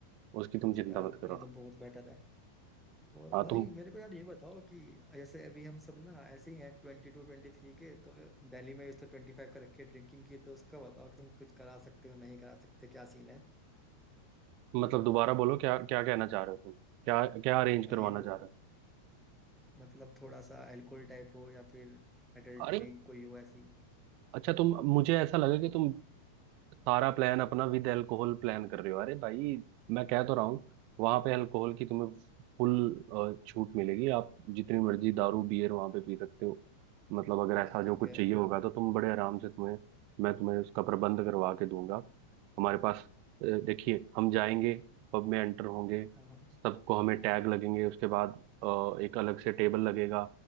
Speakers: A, on the right (about 45°); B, in the centre.
A: उसकी तुम
B: तो
A: चिंता
B: यार
A: मत करो
B: ये तो बहुत बेटर है और
A: हाँ
B: भाई
A: तुम
B: मेरे को यार ये बताओ कि जैसे अभी हम सब ना ऐसे ही हैं ट्वेंटी टू ट्वेंटी थ्री के तो दिल्ली में इस तो ट्वेंटी फाइव का रखे ड्रिंकिंग की तो उसका बताओ कि तुम कुछ करा सकते हो नहीं करा सकते क्या सीन है
A: मतलब दोबारा बोलो क्या क्या कहना चाह रहे हो तुम क्या क्या अरेंज
B: मैं
A: करवाना
B: ये बोल
A: चाह रहे
B: रहा मतलब थोड़ा सा अल्कोहल टाइप हो या फिर एडल्ट
A: हो अरे
B: ड्रिंक कोई हो ऐसी
A: अच्छा तुम मुझे ऐसा लगा कि तुम सारा प्लान अपना विद अल्कोहल प्लान कर रहे हो अरे भाई मैं कह तो रहा हूँ वहां पे अल्कोहल की तुम्हें फुल छूट मिलेगी आप जितनी मर्जी दारू बियर वहां पे पी सकते हो मतलब अगर ऐसा
B: ठीक
A: जो कुछ
B: है
A: चाहिए होगा तो तुम बड़े आराम से तुम्हें मैं तुम्हें उसका प्रबंध करवा के दूंगा हमारे पास अ, देखिए हम जाएंगे पब में एंटर होंगे
B: हाँ हाँ
A: सबको हमें टैग लगेंगे उसके बाद अ, एक अलग से टेबल लगेगा